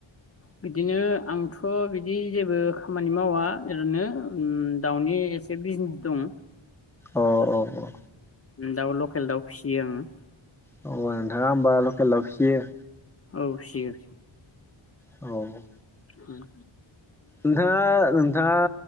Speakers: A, on the left; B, in the centre.
A: बिदिनो आंथ' बिदि जेबो खामानि मावा ओरैनो ओम दाउनि एसे बिजनेस दं
B: औ औ औ
A: दाउ लकेल दाउ फिसियो आङो
B: अ आरो नोंथाङा होमबा लकेल दाव फियो
A: औ फियो
B: औ
A: ओम
B: नोंथाङा नोंथाङा